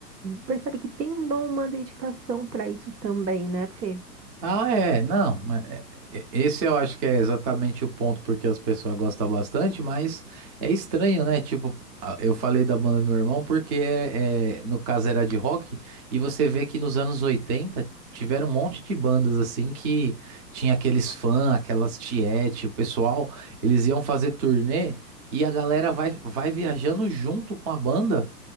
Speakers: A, on the right; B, on the right.
A: percebe que tem um dom, uma dedicação para isso também, né, Fê?
B: Ah, é, não, mas é- é- esse eu acho que é exatamente o ponto porque as pessoas gostam bastante, mas é estranho, né? Tipo, a- eu falei da banda do meu irmão porque é, é- no caso era de rock, e você vê que nos anos 80 tiveram um monte de bandas assim que tinha aqueles fãs, aquelas tiete, o pessoal, eles iam fazer turnê e a galera vai, vai viajando junto com a banda.